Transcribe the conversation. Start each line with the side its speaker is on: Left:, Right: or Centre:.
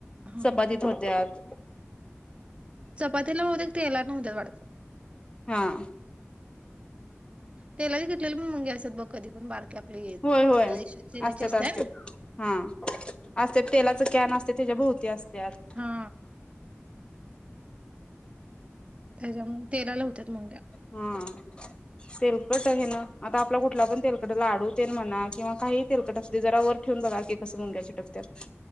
Right: हा
Left: चपातीत
Right: हा
Left: होत्यात.
Right: चपातीला बहतेक तेलान होत्यात वाटत.
Left: हां
Right: तेलाच्या किटलीला पण मुंग्या असत्यात बग. कधी पण बारके आपले येत
Left: होय होय
Right: ईश्वर ललाचे
Left: असत्यात
Right: <unintelligible>
Left: असत्यात हा असत्यात तेलाच कॅन असतय त्याच्या भोवती असत्यात.
Right: हा त्याच्यामुळे तेलाला हुत्यात मुंग्या.
Left: हम्म तेलकट हे ना आता आपला कुठला पण तेलकट लाडू तेल म्हणा किंवा काहीही तेलकट असुदे जरा वर ठेव ठेऊन बघा की कस मुंग्या चिकटकत्यात